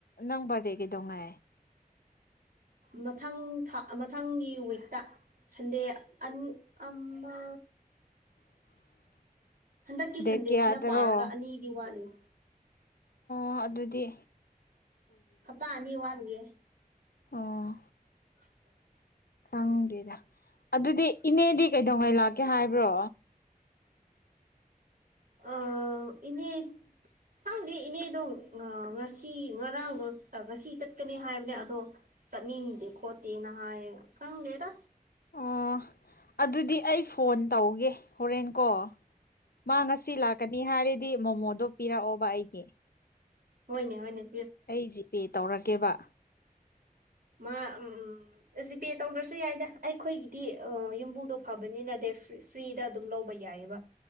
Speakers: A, on the left; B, on the right.
A: ꯅꯪ ꯔꯗꯦ ꯀꯩꯗꯧꯅꯦ
B: ꯃꯊꯪ ꯊꯥ ꯃꯊꯪꯒꯤ ꯋꯤꯛꯇ ꯁꯟꯗꯦ ꯑꯟ ꯑꯃ
A: <inaudible>
B: ꯍꯟꯗꯛꯀꯤ
A: ꯗꯦꯠ
B: ꯁꯟꯗꯦꯁꯤꯅ
A: ꯀꯌꯥꯗꯔꯣ
B: ꯄꯥꯔꯒ ꯑꯅꯤꯗꯤ ꯋꯥꯠꯂꯤ
A: ꯑ ꯑꯗꯨꯗꯤ
B: ꯑꯇꯥꯅꯤ ꯋꯥꯔꯒꯦ
A: ꯑꯥ
B: <inaudible>
A: ꯈꯪꯗꯦꯗ ꯑꯗꯨꯗꯤ ꯏꯅꯦꯗꯤ ꯀꯩꯗꯧꯉꯩ ꯂꯥꯛꯀꯦ ꯍꯥꯏꯕ꯭ꯔꯣ
B: ꯑ ꯏꯅꯦ ꯈꯪꯗꯦ ꯏꯅꯦꯗꯣ ꯉꯁꯤ ꯉꯔꯥꯡꯗꯣ ꯉꯁꯤ ꯆꯠꯀꯅꯤ ꯍꯥꯏꯕꯅꯦ ꯑꯗꯣ ꯆꯠꯅꯤꯡꯗꯦ ꯈꯣꯠꯇꯦꯅ ꯍꯥꯏꯌꯦꯅ ꯈꯪꯗꯦꯗ
A: ꯑꯣ ꯑꯗꯨꯗꯤ ꯑꯩ ꯐꯣꯟ ꯇꯧꯒꯦ ꯍꯣꯔꯦꯟ ꯀꯣ ꯃꯥ ꯉꯁꯤ ꯂꯥꯛꯀꯅꯤ ꯍꯥꯏꯔꯗꯤ ꯃꯣꯃꯣꯗꯣ ꯄꯤꯔꯛꯑꯣꯕ ꯑꯩꯒꯤ
B: ꯍꯣꯏꯅꯦ ꯍꯅꯦ
A: ꯑꯩ ꯖꯤꯄꯦ ꯇꯧꯔꯒꯦꯕ
B: ꯃꯥ ꯎꯝ ꯎꯝ ꯖꯤꯄꯦ ꯇꯧꯗ꯭ꯔꯁꯨ ꯌꯥꯏꯗ ꯑꯩꯈꯣꯏꯒꯤꯗꯤ ꯌꯨꯝꯕꯨꯗꯣ ꯐꯕꯅꯤꯅ ꯗꯦ ꯐ꯭ꯔꯤ ꯐ꯭ꯔꯤꯗ ꯑꯗꯨꯝ ꯂꯧꯕ ꯌꯥꯏꯑꯕ